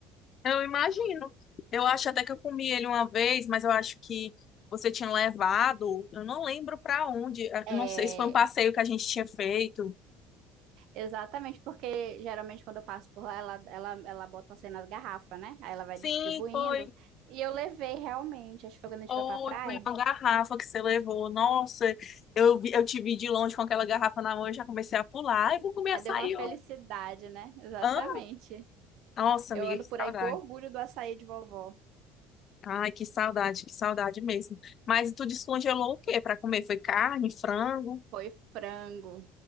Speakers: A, on the left; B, on the right.
A: eu imagino. Eu acho até que eu comi ele uma vez, mas eu acho que você tinha levado, eu não lembro para onde, eh,
B: É,
A: não sei se foi um passeio que a gente tinha feito.
B: exatamente, porque geralmente quando eu passo por lá, ela, ela, ela bota assim nas garrafas, né? Aí ela vai
A: Sim,
B: distribuindo.
A: foi.
B: E eu levei realmente, acho que foi quando a gente
A: Ou
B: foi pra praia.
A: foi uma garrafa que você levou. Nossa, eu, vi- eu te vi de longe com aquela garrafa na mão e já comecei a pular. Ai, vou comer
B: Aí
A: açaí.
B: deu uma felicidade,
A: ó.
B: né? Exatamente.
A: Hã? Nossa,
B: Eu
A: amiga,
B: ando
A: que
B: por
A: saudade.
B: aí com orgulho do açaí de vovó.
A: Ai, que saudade, que saudade mesmo. Mas tu descongelou o quê para comer? Foi carne, frango?
B: Foi frango.